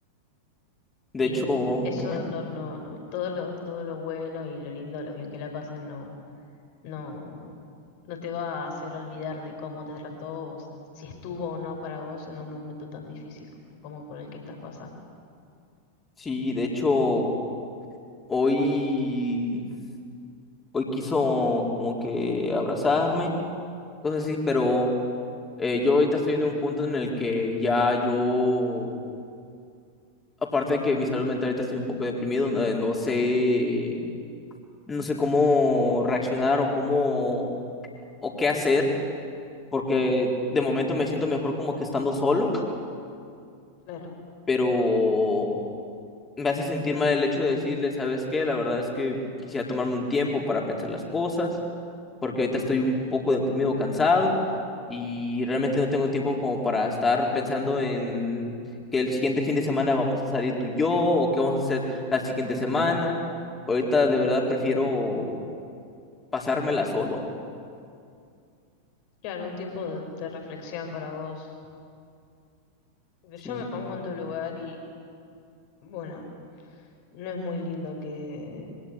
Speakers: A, on the left; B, on the left.
A: De
B: Y
A: hecho,
B: eso
A: ujú.
B: no, no, no, todo lo, todo lo bueno y lo lindo, lo bien que la pasen, no. no, no te va a hacer olvidar de cómo te trató, o si estuvo o no para vos en un momento tan difícil como, como por el que estás pasando.
A: Sí, de hecho, hoy, hoy quiso como que abrazarme, cosas así, pero eh, yo ahorita estoy en un punto en el que ya yo, aparte de que mi salud mental ahorita estoy un poco deprimido, no, eh, no sé, no sé cómo reaccionar o cómo, o qué hacer, porque de momento me siento mejor como que estando solo,
B: Claro,
A: pero me hace sentir mal el hecho de decirle, ¿sabes qué? La verdad es que quisiera tomarme un tiempo para pensar las cosas porque ahorita estoy un poco deprimido, o cansado y realmente no tengo tiempo como para estar pensando en que el siguiente fin de semana vamos a salir tú y yo o qué vamos a hacer la siguiente semana. Ahorita de verdad prefiero pasármela solo.
B: claro, un tiempo de, de reflexión para vos. Porque
A: Sí,
B: yo me pongo en tu lugar y Bueno, no es muy lindo que